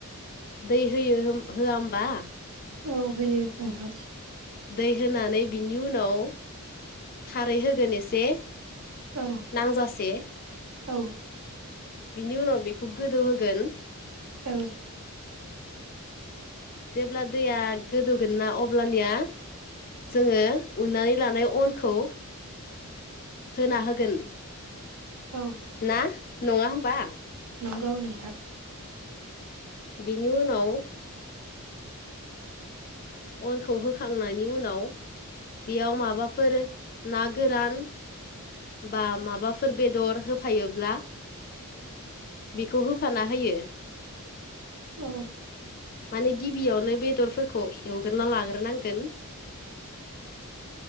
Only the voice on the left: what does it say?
दै होयो होम-होआ ओमबा।
दै होनानै बिनि उनाव खारै होगोन एसे।
नांजासे।
बिनि उनाव बेखौ गोदौहोगोन।
जेब्ला दैया गोदौगोन ना अब्लानिया। जोंङो उन्नानै लानाय अनखौ होना होगोन।
ना नङा होमबा।
बिनि उनाव। अनखौ होखांनायनि उनाव बियाव माबाफोर। नागोरान। बा माबाफोर बेदर होफायोब्ला। बेखौ होफाना होयो।
माने गिबियावनो बेदरफोरख। खौ एवग्रोना लाग्रोनांगोन।